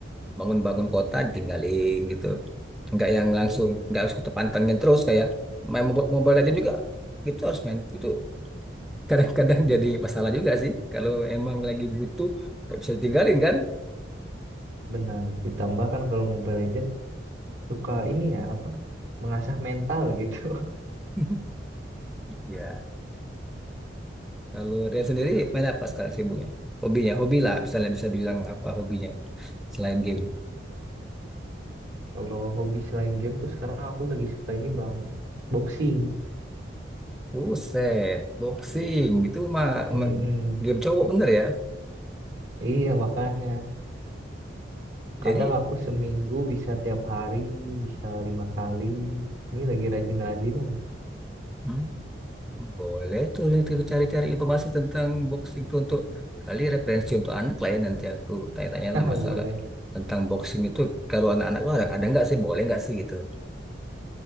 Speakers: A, in the centre; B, on the right (about 70°).
A: bangun-bangun kota ditinggalin gitu nggak yang langsung
B: Iya benar-benar.
A: nggak harus kita pantengin terus kayak main Mobile Mobile Legends juga gitu harus main itu kadang-kadang jadi masalah juga sih. Kalau emang lagi butuh, nggak bisa ditinggalin kan?
B: Benar. Ditambah kan kalau Mobile Legends suka ini ya apa? Mengasah mental gitu. <laughs>
A: <laughs> Iya. Kalau Rian sendiri main apa sekarang sibuknya? Hobinya, hobi lah. Misalnya bisa bilang apa hobinya selain game.
B: Kalau hobi selain game tuh sekarang aku lagi suka ini bang, boxing.
A: Buset, boxing. Itu mah
B: Mm-mm.
A: me- game cowok bener ya.
B: Iya makanya.
A: Jadi
B: Kadang aku seminggu bisa tiap hari, bisa lima kali. Ini lagi rajin-rajinan nih.
A: Hmm. boleh tuh nanti aku cari-cari informasi tentang boxing tuh untuk kali referensi untuk anak lah ya nanti aku tanya-tanya
B: <laughs>
A: lah masalah
B: Boleh.
A: tentang boxing itu kalau anak-anak tuh ada, ada nggak sih boleh nggak sih gitu